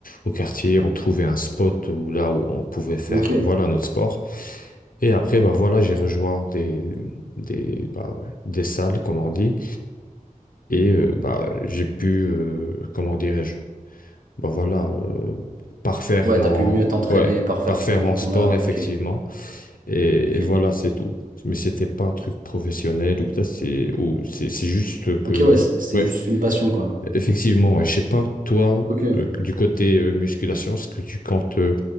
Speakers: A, on the left; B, on the right.
A: au quartier, on trouvait un spot où, là où on pouvait faire
B: ok.
A: euh, voilà notre sport. Et après, bah voilà, j'ai rejoint des, des, bah, des salles, comme on dit. Et
B: Mhm.
A: euh, bah, j'ai pu, euh, comment dirais-je, bah voilà, euh, parfaire
B: Ouais,
A: mon,
B: t'as pu mieux t'entraîner
A: ouais,
B: par faire
A: parfaire
B: ton,
A: mon
B: ton
A: sport,
B: art.
A: effectivement.
B: Ok,
A: Et,
B: ok.
A: et voilà, c'est tout. Mais c'était pas un truc professionnel ou ça, c'est, ou c'est c'est juste que,
B: Ok, ouais, c'est c'est
A: ouais.
B: juste une passion, quoi.
A: Effectivement, et je sais pas, toi,
B: Ok.
A: euh, du côté euh, musculation, est-ce que tu comptes, euh,